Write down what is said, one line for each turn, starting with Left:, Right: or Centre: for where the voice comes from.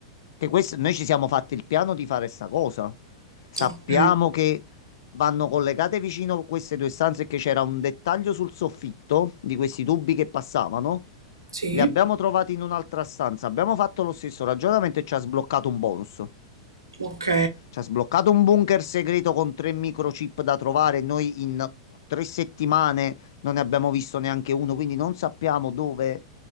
Left: Che questo, noi ci siamo fatti il piano di fare sta cosa. Sappiamo
Right: ok,
Left: che Vanno collegate vicino queste due stanze che c'era un dettaglio sul soffitto di questi tubi che passavano.
Right: sì,
Left: Li abbiamo trovati in un'altra stanza. Abbiamo fatto lo stesso ragionamento e ci ha sbloccato un bonus.
Right: ok.
Left: Ci ha sbloccato un bunker segreto con tre microchip da trovare. Noi in tre settimane non ne abbiamo visto neanche uno, quindi non sappiamo dove